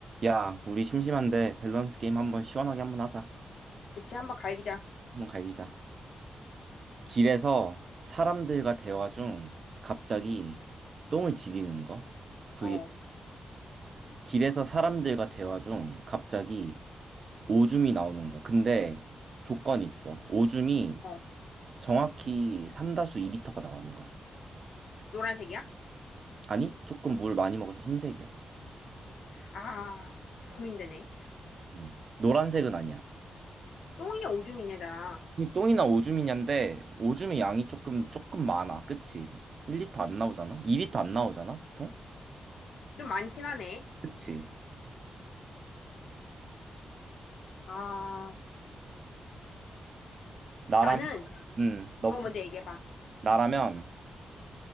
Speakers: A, on the right; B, on the left.
A: 야, 우리 심심한데 밸런스 게임 한번 시원하게 한번 하자.
B: 좋지, 한번 갈기자.
A: 한번 갈기자. 길에서 사람들과 대화 중 갑자기 똥을 지리는 거 vs
B: 어,
A: 길에서 사람들과 대화 중 갑자기 오줌이 나오는 거. 근데 조건이 있어. 오줌이
B: 어.
A: 정확히 삼다수 2리터가 나오는 거야.
B: 노란색이야?
A: 아니, 조금 물 많이 먹어서 흰색이야.
B: 아, 고민되네.
A: 음. 노란색은 아니야.
B: 똥이냐, 오줌이냐잖아.
A: 이 똥이나 오줌이냐인데 오줌의 양이 조금 조금 많아. 그치? 1리터 안 나오잖아? 2리터 안 나오잖아, 보통?
B: 좀 많긴 하네.
A: 그치?
B: 아,
A: 나라면
B: 나는,
A: 음, 너부터.
B: 너 먼저 얘기해봐.
A: 나라면